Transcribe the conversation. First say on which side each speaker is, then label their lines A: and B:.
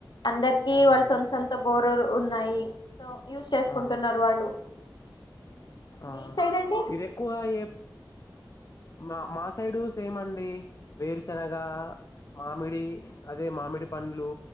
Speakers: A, on the left; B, on the left.
A: అందరికి
B: అవునండి
A: వాళ్ళు సొంత్ సొంత బోరూరు ఉన్నాయి సో యూజ్ చేసుకుంటున్నారు
B: ఆ
A: వాళ్ళు
B: ఆ
A: మీ సైడ్ అండి
B: మీరెక్కువ ఏ మా మా సైడు సేమ్ అండి వేరుశనగ మామిడి అదే మామిడి పండ్లు